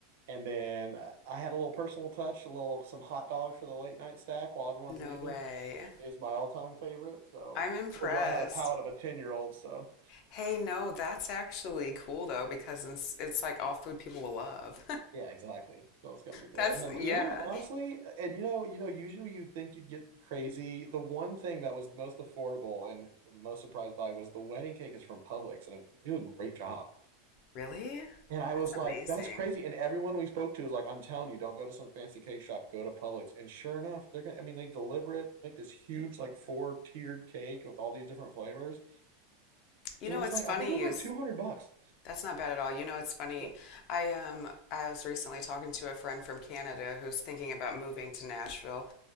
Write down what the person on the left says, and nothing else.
No
way.
I'm
impressed.
Hey, no, that's actually cool though because it's it's like all food people will love.
That's
yeah.
Really?
That's
amazing.
You
know,
it's
funny
you
s-
That's not bad at all. You know, it's funny.
I um I was recently talking to a friend from Canada who's thinking about moving to Nashville